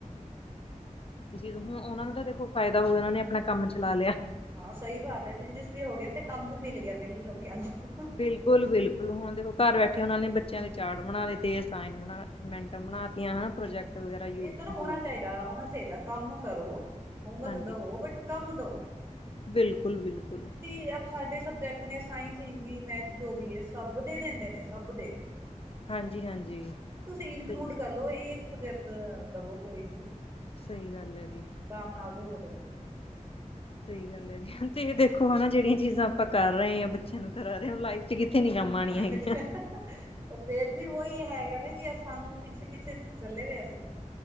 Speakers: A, on the left; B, on the right.
A: ਇਹ ਚੀਜ਼ ਹੁਣ ਉਹਨਾਂ ਨੂੰ ਦਾ ਤਾਂ ਦੇਖੋ ਫਾਇਦਾ ਹੋਊਗਾ ਉਹਨਾਂ ਨੇ ਆਪਣਾ ਕੰਮ ਚਲਾ
B: ਹਾਂ
A: ਲਿਆ।
B: ਹਾਂ ਸਹੀ ਬਾਤ ਹੈ ਬਿਜਨਸ ਵੀ ਹੋ ਗਿਆ ਤੇ ਕੰਮ ਵੀ ਮਿਲ ਗਿਆ ਵਿਹਲੇ ਲੋਕਿਆ ਨੂੰ।
A: ਬਿਲਕੁਲ-ਬਿਲਕੁਲ ਹੁਣ ਦੇਖੋ ਘਰ ਬੈਠੇ ਉਹਨਾਂ ਨੇ ਬੱਚਿਆਂ ਦੇ ਚਾੜ ਬਣਾ ਦੇ ਤੇ ਅਸਾਈਨ ਬਣਾ ਮੈਂਟਾਂ ਬਣਾ ਤਿਆ ਹਨਾ ਪ੍ਰੋਜੈਕਟ ਵਗੈਰਾ ਯੂ
B: ਇਹ ਤਾਂ ਨਾ ਹੋਣਾ
A: ਯੂ
B: ਚਾਹੀਦਾ, ਹੋਣਾ ਚਾਹੀਦਾ ਕੰਮ ਕਰੋ ਹੋਮਵਰਕ
A: ਹਾਂਜੀ
B: ਦਵੋ ਬਟ ਕੰਮ ਦਵੋ
A: ਬਿਲਕੁਲ ਬਿਲਕੁਲ
B: ਤੁਸੀਂ ਅ ਸਾਡੇ ਸਬਜੈਕਟ ਆਪਣੇ ਸਾਇੰਸ ਹਿੰਦੀ ਮੈਥ ਜੋ ਵੀ ਹੈ ਸਭ ਦੇ ਦਿੰਦੇ ਨੇ ਸਭ ਦੇ।
A: ਹਾਂਜੀ ਹਾਂਜੀ
B: ਹਨਾ ਤੁਸੀਂ ਇਨਕਲੂਡ
A: ਸਹੀ ਗੱਲ
B: ਕਰਲੋ ਇਹ ਇੱਕ ਪ੍ਰੋਜੈਕਟ ਦਵੋ ਕੋਈ ਵੀ।
A: ਸਹੀ ਗੱਲ ਹੈ ਜੀ।
B: ਦਾਮ ਨਾਲਦੇ ਹੋ ਜਾਵੇ।
A: ਸਹੀ ਗੱਲ ਹੈ ਜੀ ਤੇ ਇਹ ਦੇਖੋ ਹਨਾ ਜਿਹੜੀਆਂ ਚੀਜ਼ਾਂ ਆਪਾਂ ਕਰ ਰਹੇ ਹਾਂ ਬੱਚਿਆਂ ਨੂੰ ਕਰਾ ਰਹੇ ਹਾਂ ਲਾਈਫ ਚ ਕਿੱਥੇ ਨੀ ਕੰਮ ਆਉਣੀਆਂ
B: ਆ
A: ਹੈਗੀਆਂ।
B: ਫੇਰ ਵੀ ਵੋਈ ਹੈਗਾ ਨਾ ਜੀ ਸਾਨੂੰ ਪਿੱਛੇ-ਪਿੱਛੇ ਚਲੇੇ ਵੇ ਅਸ